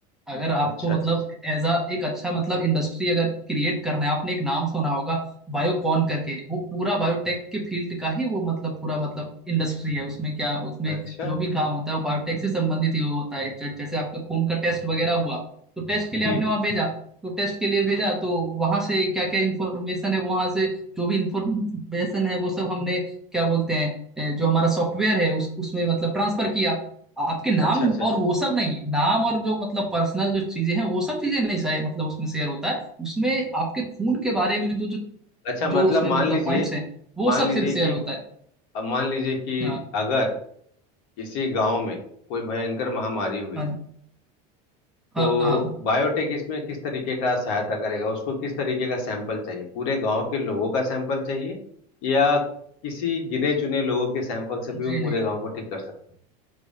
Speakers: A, in the centre; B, on the left.
A: अगर आपको
B: अच्छा
A: मतलब
B: अच्छा अच्छा
A: एज अ एक अच्छा मतलब इंडस्ट्री अगर क्रिएट करना है आपने एक नाम सुना होगा बायोकॉन करके वो पूरा बायोटेक के फील्ड का ही वो मतलब पूरा मतलब इंडस्ट्री है उसमें क्या उसमें
B: अच्छा
A: जो भी काम होता है वो बायोटेक से संबंधित ही होता है ज- जैसे आपका खून का टेस्ट वगैरह हुआ तो टेस्ट के
B: जी
A: लिए आपने वहां भेजा तो टेस्ट के लिए भेजा तो वहां से क्या क्या इंफॉर्मेशन है वहां से जो भी इंफॉर्मेशन है वो सब हमने क्या बोलते हैं ए, जो हमारा सॉफ्टवेयर है उस उसमें मतलब ट्रांसफर किया आपके नाम
B: अच्छा अच्छा
A: और
B: अच्छा
A: वो सब नहीं नाम और जो मतलब पर्सनल जो चीजें हैं वो सब चीजें नहीं सही मतलब उसमें शेयर होता है उसमें आपके खून के बारे में जो जो
B: अच्छा मतलब
A: जो उसमें
B: मान
A: मतलब
B: लीजिए
A: पॉइंट्स हैं वो
B: मान लीजिए
A: सब सिर्फ शेयर
B: कि
A: होता है
B: अब मान लीजिए कि
A: हाँ
B: अगर किसी गांव में कोई भयंकर महामारी हुई
A: हाँ जी
B: तो
A: हाँ हाँ
B: बायोटेक इसमें किस तरीके का सहायता करेगा उसको किस तरीके का सैंपल चाहिए पूरे गांव के लोगों का सैंपल चाहिए या किसी गिने चुने लोगों के सैंपल से भी वो
A: जी नहीं
B: पूरे गांव को ठीक कर सकता